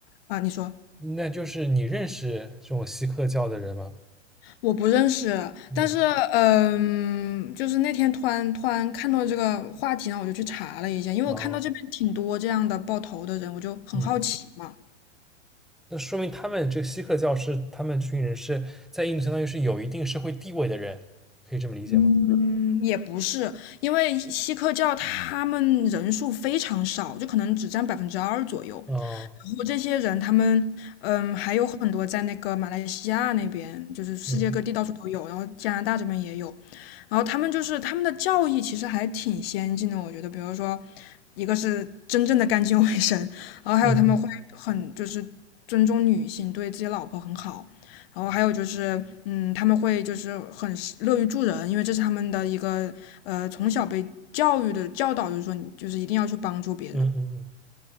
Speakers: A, on the left; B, in the centre.
A: 啊，你说
B: 那就是你认识这种锡克教的人吗？
A: 我不认识，
B: 嗯，
A: 但是嗯，就是那天突然突然看到这个话题，然后我就去查了一下，因为我看到这边挺多这样的爆头的人，
B: 哦，
A: 我就很好奇嘛。
B: 嗯。那说明他们这个锡克教是他们这群人是在印度相当于是有一定社会地位的人，可以这么理解吗？
A: 嗯，也不是，因为锡克教他们人数非常少，就可能只占百分之二左右。
B: 哦，
A: 然后这些人，他们嗯，还有很多在那个马来西亚那边，就是世界各地到处都有，
B: 嗯
A: 然后加拿大这边也有。然后他们就是他们的教义其实还挺先进的，我觉得，比如说，一个是真正的干净卫生，然后还有他们会很就是尊重女性，
B: 嗯嗯
A: 对自己老婆很好，然后还有就是，嗯，他们会就是很乐于助人，因为这是他们的一个呃从小被教育的教导，就是说你就是一定要去帮助别人，
B: 嗯嗯嗯